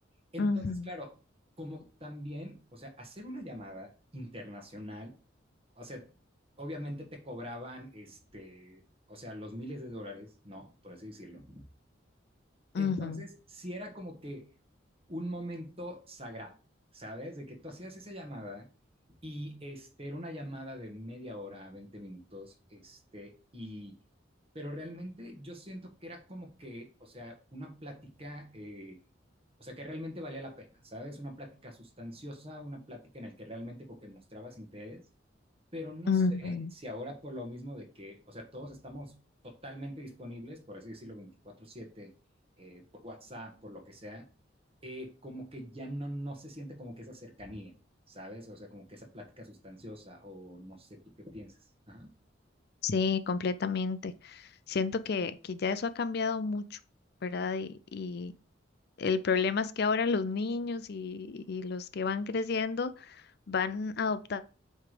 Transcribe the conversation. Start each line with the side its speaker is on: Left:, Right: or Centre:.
Right: Entonces,
Left: ujú,
Right: claro, como también, o sea, hacer una llamada internacional, o sea, obviamente te cobraban, este, o sea, los miles de dólares, ¿no? Por así decirlo. Entonces,
Left: ujú,
Right: sí era como que un momento sagrado, ¿sabes? De que tú hacías esa llamada y este, era una llamada de media hora, 20 minutos, este, y, pero realmente yo siento que era como que, o sea, una plática, eh, o sea, que realmente valía la pena, ¿sabes? Una plática sustanciosa, una plática en la que realmente como que mostrabas interés, pero no
Left: ujú.
Right: sé si ahora por lo mismo de que, o sea, todos estamos totalmente disponibles, por así decirlo, veinticuatro siete eh, por WhatsApp, por lo que sea, eh, como que ya no, no se siente como que esa cercanía, ¿sabes? O sea, como que esa plática sustanciosa o no sé tú qué piensas. Ajá.
Left: Sí, completamente. Siento que, que ya eso ha cambiado mucho, ¿verdad? Y, y el problema es que ahora los niños y, y los que van creciendo van adoptando